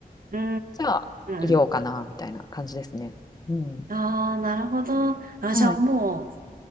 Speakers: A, on the right; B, on the left.
A: ーん。
B: じゃあ、いようかなみたいな感じですね。
A: うーん。
B: うん。
A: ああ、なるほど。あ、
B: はい。
A: じゃあもう、